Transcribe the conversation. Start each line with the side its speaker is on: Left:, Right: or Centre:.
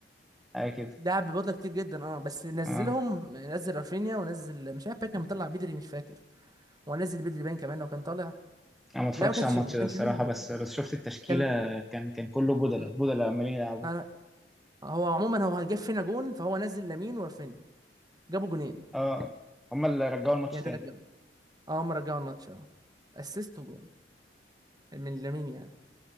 Centre: حاجه كده
Right: لعب ببطولة كتير جدا اه بس نزلهم
Centre: اه
Right: نزل رافينيا ونزل مش عارف باين كان مطلع بدري مش فاكر هو نزل بدري باين كمان لو كان طالع
Centre: انا ما اتفرجش
Right: لا ما كانش
Centre: على الماتش
Right: ما كانش
Centre: ده الصراحه
Right: نزل بدري
Centre: بس بس شفت التشكيله
Right: كان
Centre: كان كان كله بدله
Right: م-
Centre: بدله عمالين يلعبوا
Right: أنا هو عموما هو جاب فينا جون فهو نزل لامين ورافينيا جابوا جونين
Centre: اه هم اللي رجعوا الماتش
Right: يعني
Centre: تاني
Right: رجعوا اه هم رجعوا الماتش اه اسيست وجون من لامين يعني